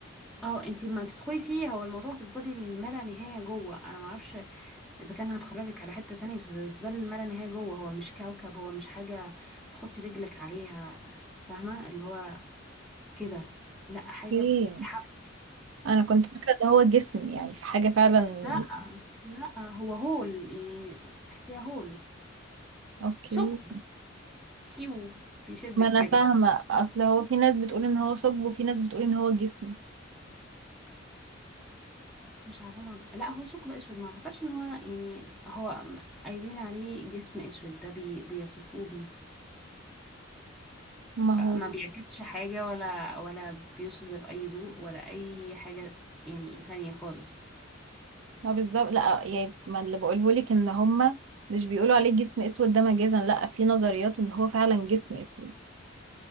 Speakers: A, in the centre; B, on the right.
A: اه انت ما تدخلي فيه هو الموضوع هتفضلي الملا نهايه جوه انا ما اعرفش اذا كان هتخرجك على حته تانية بس هتفضلي الملا نهايه جوه هو مش كوكب هو مش حاجه تحطي رجلك عليها فاهمه اللي هو كده لا حاجه
B: ايه
A: بتسحبك
B: انا كنت فاكره ان هو جسم يعني في حاجه فعلا
A: لا لا هو هول يعني تحسيها هول
B: اوكي
A: ثقب سيو بيشدك
B: ما انا
A: كده
B: فاهمه اصل هو في ناس بتقول ان هو ثقب وفي ناس بتقول ان هو جسم
A: مش عارفه ما لا هو ثقب اسود ما اعتقدش ان هو يعني هو قايلين عليه جسم اسود ده بي... بيصفوه بيه
B: ما
A: ما
B: هو
A: بيعكسش حاجه ولا ولا بيصدر اي ضوء ولا اي حاجه يعني تانية خالص
B: ما بالظبط لا يعني ما اللي بقوله لك ان هما مش بيقولوا عليه جسم اسود ده مجازا لا في نظريات ان هو فعلا جسم اسود